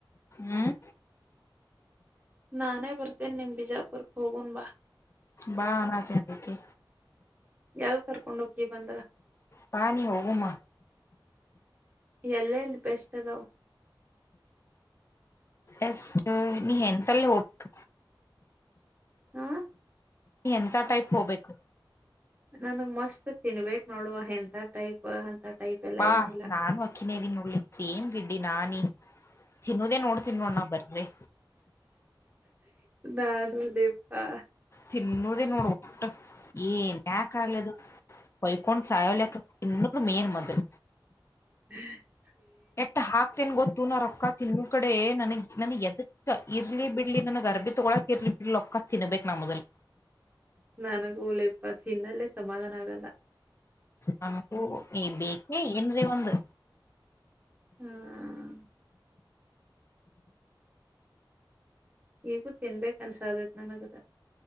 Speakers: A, on the left; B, on the right.
A: ಹ್ಮ್
B: ನಾನೇ ಬರ್ತೇನೆ ನಿಮ್ ಬಿಜಾಪುರ್ ಕ ಹೋಗುನ್ ಬಾ
A: ಬಾ ಆಚಕ್ಕೆ
B: ಯಲ್ ಕರ್ಕೊಂಡೋಗಕಿ ಬಂದ್ರ
A: ಬ ನೀ ಹೋಗಮ್ಮ
B: ಎಲ್ಲಲ್ಲಿ ಬೆಸ್ಟ್ ಅದಾವ
A: ಎಷ್ಟ ನೀ ಎಂತಲ್ಲಿ ಹೋಗ್ಬೇಕ
B: ಹಾ
A: ಎಂತ ಟೈಪ್ ಹೋಗ್ಬೇಕು
B: ನನಗೆ ಮಸ್ತ್ ತಿನ್ಬೇಕು ನೋಡುವ ಎಂತ ಟೈಪ್ ಅಂತ ಟೈಪ್ ಎಲ್ಲ
A: ಬಾ
B: ಏನಿಲ್ಲ
A: ನಾನು ಅಕ್ಕಿನೇದನ್ ನೋಡ್ಳ್ಳಿ ಸೇಮ್ ಗಿಡ್ಡಿ ನಾನಿ ತಿನ್ನೋದೇ ನೋಡ್ತನ್ ನೋಣ್ಣ ಬರ್ರಿ
B: ನಾನುನಪ್ಪಾ
A: ತಿನ್ನುವುದೇ ನೋಡಿ ಒಟ್ಟ ಏನ್ಯ ಕಾಗಲದು ಕೈಕೋೊಂಡ ಸಾಯಾವಲ ತಿನ್ನ ಮೇನ್ ಮದ
B: ಹ್ಮ್
A: ಎಟ್ಟ ಹಾಕ್ತೇನ್ ಗೊತ್ತ ಇದು ನ ರೊಕ್ಕ ತಿನ್ನ ಕಡೆ ನನ ನನ್ ಎದಕ್ ಇರ್ಲಿ ಬಿಡ್ಲಿ ನನ್ ಅರ್ಬಿ ತೊಗೊಕ್ ಇರ್ಲಿ ಬಿಡ್ಲಕ್ಕ ಹತಿನ ಬೇಕ್ ನ ಮೊದಲ್
B: ನನಗೂ ಲ ಇಪ್ಪತ್ ಹಿಂದಲ್ಲೇ ಸಮಾಧಾನ ಆಗಲ್ಲ
A: ನಂಗೂ ಈ ಬೇಕೆ ಏನ್ರೀ ಒಂದು
B: ಹ್ಮ್ ಈಗೂ ತಿನ್ಬೇಕ ಅನ್ಸಾದದ ನನಗದ